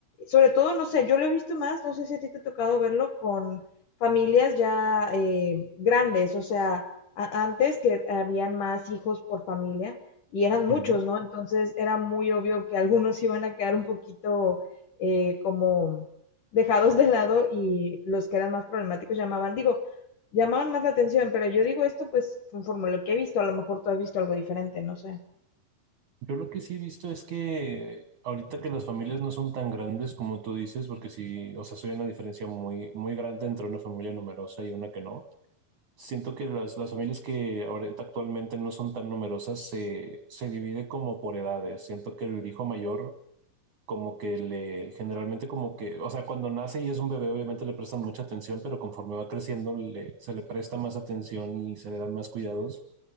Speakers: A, on the left (about 70°); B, on the right (about 75°).
A: Sobre todo, no sé, yo lo he visto más, no sé si a ti te ha tocado verlo con familias ya eh, grandes, o sea, a- antes que habían más hijos por familia y eran muchos,
B: Ujú.
A: ¿no? Entonces era muy obvio que algunos iban a quedar un poquito eh, como dejados de lado y los que eran más problemáticos llamaban, digo, llamaban más la atención, pero yo digo esto pues conforme a lo que he visto, a lo mejor tú has visto algo diferente, no sé.
B: Yo lo que sí he visto es que ahorita que las familias no son tan grandes como tú dices, porque sí, o sea, soy una diferencia muy, muy grande entre una familia numerosa y una que no Siento que las, las familias que ahorita actualmente no son tan numerosas se, se divide como por edades. Siento que el hijo mayor como que le generalmente como que, o sea, cuando nace y es un bebé obviamente le prestan mucha atención, pero conforme va creciendo le, se le presta más atención y se le dan más cuidados.